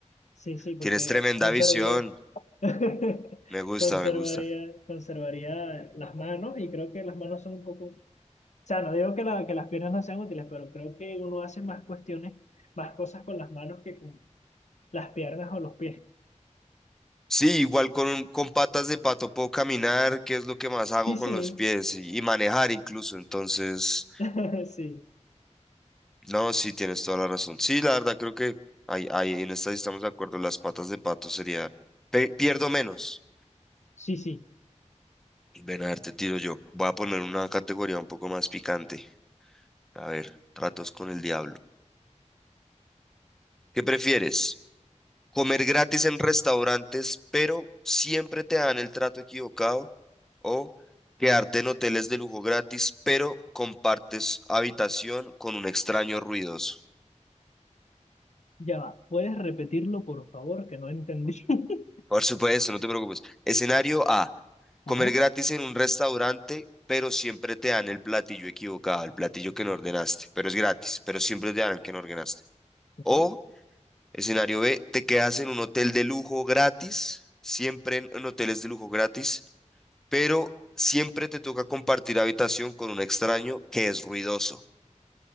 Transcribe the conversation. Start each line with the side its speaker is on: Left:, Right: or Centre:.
Left: sí, sí, porque
Centre: tienes tremenda
Left: conservaría,
Centre: visión.
Left: <laughs>
Centre: Me gusta,
Left: conservaría,
Centre: me gusta.
Left: conservaría las manos y creo que las manos son un poco O sea, no digo que, la- que las piernas no sean útiles, pero creo que uno hace más cuestiones, más cosas con las manos que con las piernas o los pies.
Centre: Sí, igual con, con patas de pato puedo caminar, que es lo que más hago
Left: Sí,
Centre: con
Left: sí,
Centre: los pies y, y manejar incluso. Entonces,
Left: <laughs> sí,
Centre: no, sí, tienes toda la razón. Sí, la verdad creo que ahí, ahí en esta sí estamos de acuerdo. Las patas de pato sería, pe- pierdo menos.
Left: sí, sí.
Centre: Ven a ver, te tiro yo. Voy a poner una categoría un poco más picante. A ver, tratos con el diablo. ¿Qué prefieres? comer gratis en restaurantes, pero siempre te dan el trato equivocado, o quedarte en hoteles de lujo gratis, pero compartes habitación con un extraño ruidoso.
Left: Ya va. ¿Puedes repetirlo, por favor? Que no entendí. <laughs>
Centre: Por supuesto, no te preocupes. Escenario A,
Left: Ajá,
Centre: comer gratis en un restaurante, pero siempre te dan el platillo equivocado, el platillo que no ordenaste, pero es gratis, pero siempre te dan el que no ordenaste.
Left: ok.
Centre: O escenario B, te quedas en un hotel de lujo gratis, siempre en en hoteles de lujo gratis pero siempre te toca compartir habitación con un extraño que es ruidoso.